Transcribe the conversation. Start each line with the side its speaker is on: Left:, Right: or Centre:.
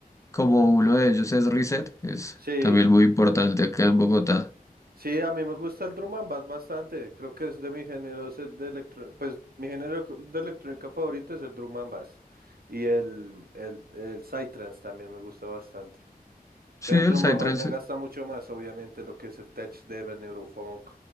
Left: como uno de ellos es Reset, es
Right: Sí,
Left: también muy importante acá en Bogotá.
Right: sí, a mí me gusta el drum and bass bastante. Creo que es de mi género es el de electro, pues mi género de electrónica favorito es el drum and bass y el el el psytrance también me gusta bastante.
Left: Sí,
Right: pero el
Left: el
Right: Eldrum
Left: Psytrance,
Right: más me gasta mucho más, obviamente, lo que es el tech dev, el neurofunk,